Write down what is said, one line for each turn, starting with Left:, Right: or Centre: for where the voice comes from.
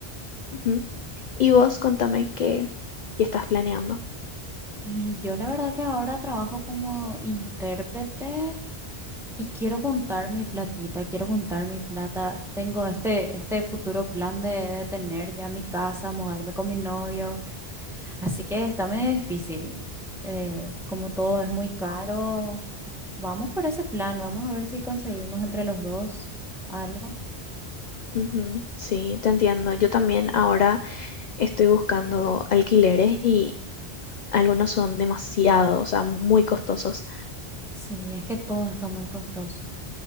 Left: Ujú. Y vos, contame qué, qué estás planeando.
Centre: Y yo la verdad que ahora trabajo como intérprete y quiero juntar mi platita, quiero juntar mi plata. Tengo este, este futuro plan de, de tener ya mi casa, mudarme con mi novio. Así que está medio difícil. Eh, como todo es muy caro, Vamos por ese plan, vamos a ver si conseguimos entre los dos algo.
Left: Ujú, Sí, te entiendo. Yo también ahora Estoy buscando alquileres y algunos son demasiado, o sea, muy costosos.
Centre: Sí, es que todo está muy costoso.